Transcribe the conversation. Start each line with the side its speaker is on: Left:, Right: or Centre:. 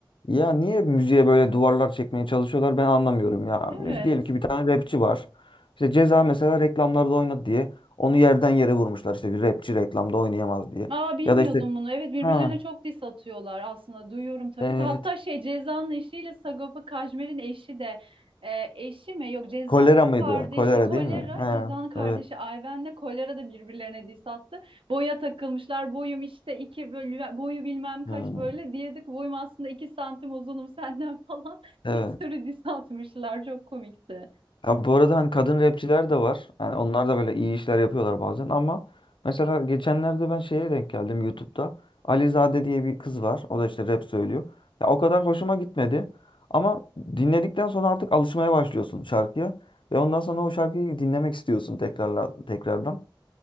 Left: Ya niye müziğe böyle duvarlar çekmeye çalışıyorlar ben anlamıyorum ya.
Right: <laughs> Evet.
Left: Biz diyelim ki bir tane rapçi var. İşte Ceza mesela reklamlarda oynadı diye onu yerden yere vurmuşlar işte bir rapçi reklamda oynayamaz diye.
Right: Aa bilmiyordum
Left: Ya da işte
Right: bunu. Evet birbirlerine
Left: ha
Right: çok diss atıyorlar aslında duyuyorum tabii
Left: evet
Right: de. Hatta şey Ceza'nın eşiyle Sagopa Kajmer'in eşi de e, eşi mi? Yok Ceza'nın
Left: kolera mıydı?
Right: kardeşi
Left: Kolera
Right: Kolera,
Left: değil mi? Ha
Right: Ceza'nın kardeşi
Left: evet.
Right: Ayven'le Kolera da birbirlerine diss attı. Boya takılmışlar. Boyum işte iki böyle boyu bilmem kaç
Left: Hmm.
Right: böyle. Diyedik boyum aslında iki santim uzunum senden <laughs> falan.
Left: Evet.
Right: Bir sürü diss atmışlar. Çok komikti.
Left: Abi bu arada hani kadın rapçiler de var. yani onlar da böyle iyi işler yapıyorlar bazen ama mesela geçenlerde ben şeye denk geldim YouTube'da. Alizade diye bir kız var. O da işte rap söylüyor. Ya o kadar hoşuma gitmedi. Ama dinledikten sonra artık alışmaya başlıyorsun şarkıya. Ve ondan sonra o şarkıyı dinlemek istiyorsun tekrarla, tekrardan.